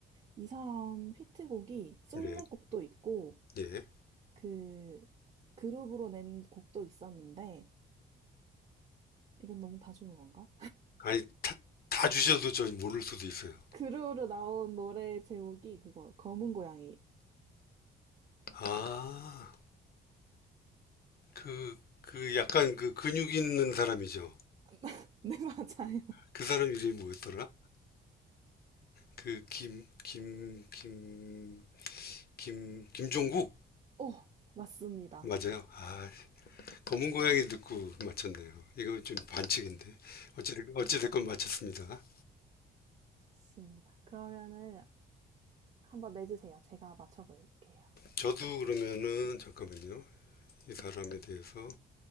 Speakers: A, on the right (about 35°); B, on the left (about 50°).
A: 이 사람 히트곡이 솔로곡도
B: 네,
A: 있고,
B: 예.
A: 그 그룹으로 낸 곡도 있었는데 이건 너무 다 주는 건가?
B: 아니 다, 다 주셔도 저 모를 수도 있어요.
A: <laughs> 그룹으로 나온 노래 제목이 그거 검은 고양이예요.
B: 아, 그 그 약간 그 근육 있는 사람이죠.
A: <laughs> 네, 맞아요.
B: 그 사람 이름이 뭐였더라? 그 김 김 김 김 김, 김, 김, 김종국?
A: <laughs> 오, 맞습니다.
B: 맞아요. 아, 검은 고양이 듣고 맞췄네요. 이건 좀 반칙인데. 어찌됐, 어찌됐건 맞췄습니다.
A: 좋습니다. 그러면은 한번 내주세요. 제가 맞춰볼게요.
B: 저도 그러면은, 잠깐만요. 이 사람에 대해서